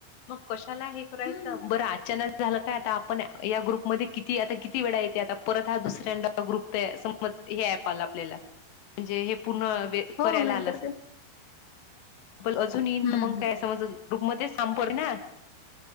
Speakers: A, on the left; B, on the left.
A: मंग कशांला हे करायचं
B: हम्म
A: बरं अचांनक झालं कायं आंता आपणं यां ग्रुपमध्यें किती आंता किती वेळां येते आंता परंत हां दुसऱ्यांदा ग्रुप समजं हे ऍप आंला आपल्यांला म्हणजे हे पूर्ण करांयला
B: हो नाहीतर
A: आंला
B: काय
A: पणं अजूंन येईन
B: हम्म
A: तरं मंग
B: हम्म
A: कायं समजं ग्रूपमध्यें शांम परे नां